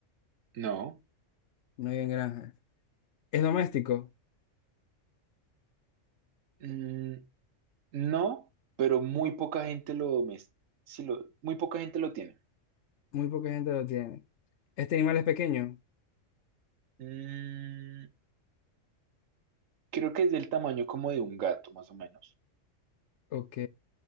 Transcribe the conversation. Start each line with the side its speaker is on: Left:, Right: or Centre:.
Right: no.
Left: No vive en granjas. Es doméstico.
Right: Mm, no, pero muy
Left: No,
Right: poca gente lo, mes- sí lo- muy poca gente lo tiene.
Left: muy poca gente lo tiene. ¿Este animal es pequeño?
Right: Mm, creo que es del tamaño como de un gato, más o menos.
Left: Ok.